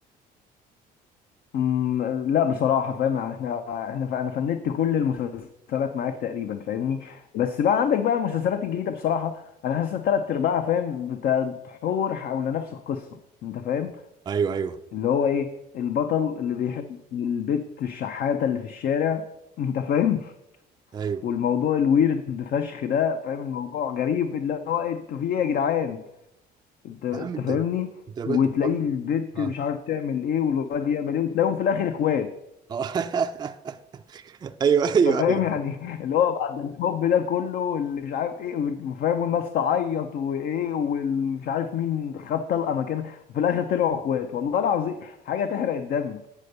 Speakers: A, on the left; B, on the right.
A: أمم، لا بصراحه فاهم يعني احنا احنا ف- انا فندت كل المسلسلات معاك تقريبا فاهمني بس بقى عندك بقى المسلسلات الجديده بصراحه انا حاسس ثلاث ارباعها فاهم بتدور حول نفس القصه انت فاهم
B: أيوه أيوه
A: اللي هو ايه البطل اللي بيحب البت الشحاته اللي في الشارع <laughs> انت فاهم
B: أيوه
A: والموضوع الويرد فشخ ده فاهم الموضوع غريب اللي هو إيه، انتوا في ايه يا جدعان انت انت
B: يا عم أنت
A: فاهمني
B: أنت لو
A: وتلاقيه
B: بجد بتتفرج
A: البت
B: اه
A: مش عارف تعمل ايه والواد يعمل ايه وتلاقيهم في الاخر اخوات
B: آه. <laughs> ايوه ايوه
A: انت فاهم
B: ايوه
A: يعني <laughs> اللي هو بعد الحب ده كله اللي مش عارف ايه وفاهم والناس تعيط وايه ومش عارف مين خد طلقه مكانها وفي الاخر طلعوا اخوات والله العظيم حاجه تحرق الدم